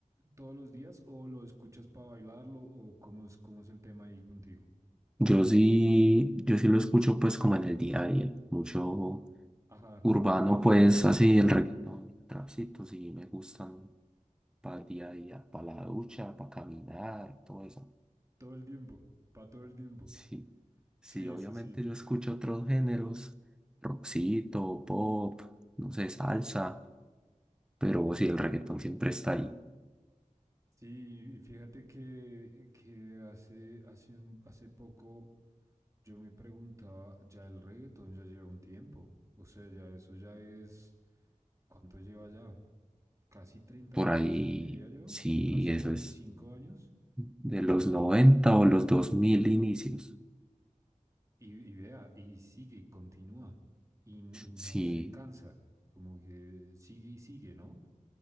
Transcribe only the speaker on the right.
todos los días o lo escuchas para bailarlo o cómo es, cómo es el tema ahí contigo?
Ajá,
ok.
Todo el tiempo, para todo el tiempo.
Sí,
sí, sí.
Sí, y fíjate que, que hace, hace, un- hace poco yo me preguntaba, ya el reggaetón ya lleva un tiempo, o sea, ya eso ya es, ¿cuánto lleva ya? Casi 30
años,
diría yo,
casi
25
años,
y, y vea, y sigue, y continúa, y, n- y no
se cansa, como que sigue y sigue, ¿no?